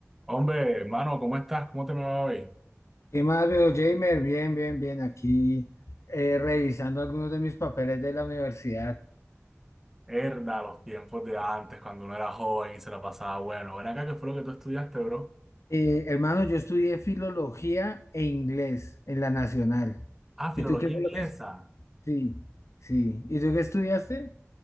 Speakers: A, in the centre; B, on the left.
A: Hombre, hermano, ¿cómo estás? ¿Cómo te me va hoy?
B: ¿Qué más veo, Jamer? Bien, bien, bien. Aquí eh, revisando algunos de mis papeles de la universidad.
A: Herda, los tiempos de antes, cuando uno era joven y se la pasaba bueno. Ven acá, ¿qué fue lo que tú estudiaste, bro?
B: Eh, hermano, yo estudié filología e inglés en la Nacional.
A: Ah, filología
B: ¿Y tú qué fue
A: inglesa.
B: lo que... es- Sí, sí. ¿Y tú qué estudiaste?